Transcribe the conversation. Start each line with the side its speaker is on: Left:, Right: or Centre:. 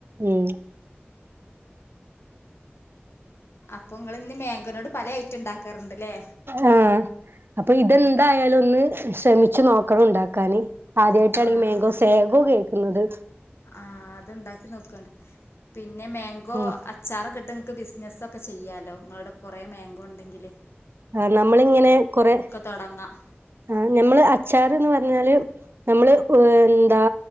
Right: ഉം.
Left: അപ്പൊ ങ്ങള്ഞ്ഞ് മേങ്കോനോട് പല ഐറ്റണ്ടാക്കാറ്ണ്ട് ലേ.
Right: ആഹ് അപ്പ ഇതെന്തായാലു ഒന്ന് ശ്രമിച്ചു നോക്കണം ണ്ടാക്കാന്. ആദ്യായ്ട്ടാണ്
Left: ആഹ്
Right: ഈ മേങ്കോ സേഗോ കേക്ക്ന്നത്.
Left: ആഹ് അത്ണ്ടാക്കി നോക്ക്വോണ്ട് പിന്നെ മേങ്കോ
Right: ഉം
Left: അ ച്ചാറൊക്കെട്ട് ങ്ങക്ക് ബിസ്നസ്സൊക്കെ ചെയ്യാലോ ങ്ങളോടെ കൊറേ മേങ്കോ ണ്ടെങ്കില്.
Right: ആ നമ്മളിങ്ങനെ കൊറെ.
Left: തുടങ്ങാം
Right: ആഹ് ഞ്ഞമ്മള് അച്ചാറ്ന്ന് പർഞ്ഞാല് നമ്മള് ഉ എന്താ.